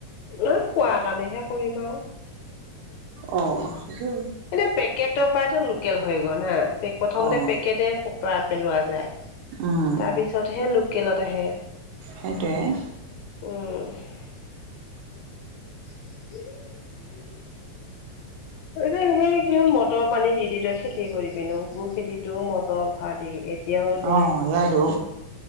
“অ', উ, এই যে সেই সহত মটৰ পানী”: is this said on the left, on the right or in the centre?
Left